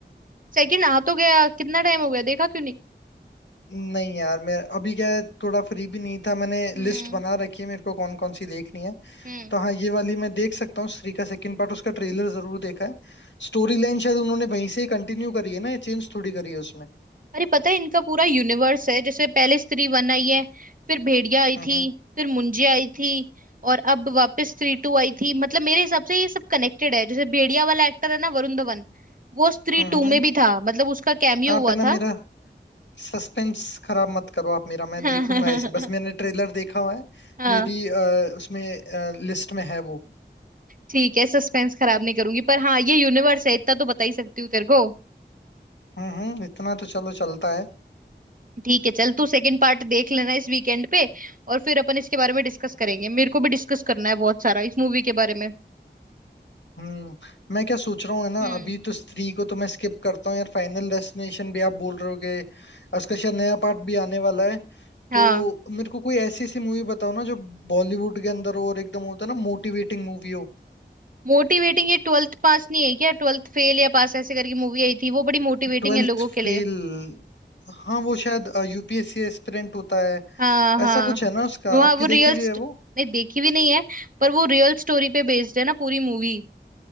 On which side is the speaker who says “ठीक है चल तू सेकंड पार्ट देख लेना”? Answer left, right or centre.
Right